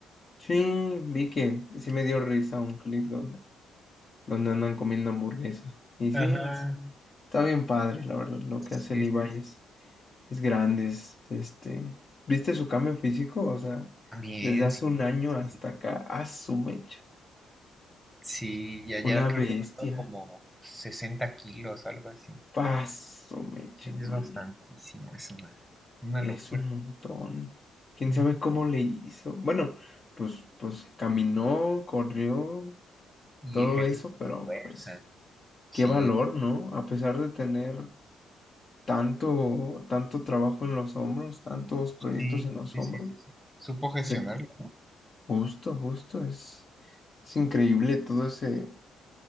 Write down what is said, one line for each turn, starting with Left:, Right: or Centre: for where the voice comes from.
Left: Sí, vi que sí me dio risa un clip donde, donde andan comiendo hamburguesa. Y sí,
Centre: Ajá.
Left: es- está bien padre, la verdad, lo que
Centre: Sí,
Left: hace Levi
Centre: sí.
Left: es, es grande, es, este... ¿Viste su cambio físico? O sea,
Centre: También,
Left: desde hace
Centre: sí.
Left: un año hasta
Centre: También, sí.
Left: acá, a su mecha.
Centre: Sí, ya, ya
Left: Una
Centre: creo
Left: bestia.
Centre: que ha bajado como 60 kilos, algo así.
Left: Paso mecha,
Centre: Sí,
Left: no,
Centre: sí, es bastantísimo,
Left: no. no.
Centre: es una, una
Left: Es
Centre: locura.
Left: un montón. ¿Quién
Centre: Ujú.
Left: sabe cómo le hizo? Bueno, pues, pues caminó, corrió,
Centre: Y
Left: todo
Centre: ejercita
Left: eso, pero
Centre: tu fuerza.
Left: pues
Centre: Sí,
Left: qué valor, ¿no? A pesar de tener tanto, tanto trabajo en los hombros, tantos proyectos
Centre: sí,
Left: en los
Centre: sí,
Left: hombros,
Centre: sí, sí. sí. Supo gestionarlo,
Left: se
Centre: ¿no?
Left: justo, justo, es, es increíble todo ese,